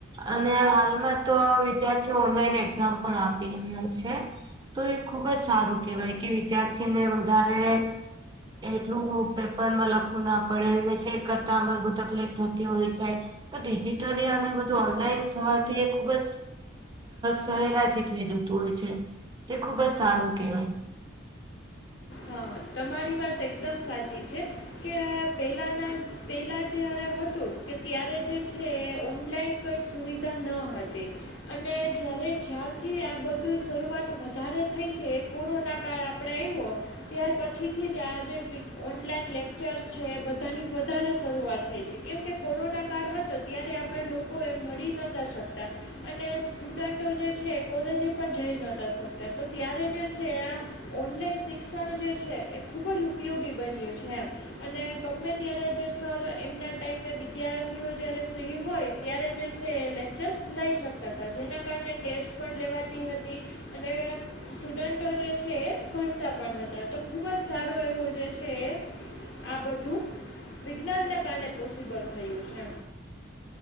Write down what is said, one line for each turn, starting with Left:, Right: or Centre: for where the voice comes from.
Right: અને હાલમાં તો વિદ્યાર્થીઓ ઓનલાઈન એક્ઝામ પણ આપી રહ્યા છે. તો એ ખુબ જ સારું કહેવાય કે વિદ્યાર્થીને વધારે એટલું પેપરમાં લખવું ના પડે ચેક કરતા આ બુ તકલીફ થતી હોય છે. તો ડિજિટલી અને બધું ઓનલાઈન થવાથી એ ખુબ જ સહેરાથી થઈ જતું હોય છે, તે ખુબ જ સારું કહેવાય.
Left: હા તમારી વાત એકદમ સાચી છે, કે પહેલાંના પહેલા જ્યારે હતું કે ત્યારે જે છે એ ઓનલાઈન કઈ સુવિધા ન હતી. અને જ્યારે જ્યારથી આ બધું શરૂઆત વધારે થઈ છે. કોરોના કાળ આપણે આવ્યો, ત્યાર પછીથી જ આજે ઓનલાઈન લેપ ચર્ચ છે એ બધાની વધારે શરૂઆત થઈ છે કેમ કે કોરોના કાળ હતો ત્યારે આપ આપણે લોકોએ મળી નતા શકતા. અને સ્ટુડન્ટો જે છે કોલેજ પણ જઈ નહતા શકતા તો ત્યારે જે છે આ ઓનલાઈન શિક્ષણ જે છે એ ખૂબ જ ઉપયોગી બન્યું છે એમ. અને ગમે ત્યારે જે સર એમના ટાઈમે વિદ્યાર્થીઓ જય્યારે ફ્રી હોય. ત્યારે જે છે એ લેક્ચર લઈ શકતા હતા જેના કારણે ટેસ્ટ પણ લેવાતી હતી. અને સ્ટુડન્ટો જે છે એ ભણતા પણ હતા તો ખૂબ જ સારું એવું જે છે એ આ બધું વિજ્ઞાનને કારણે પોસિબલ થયું છે.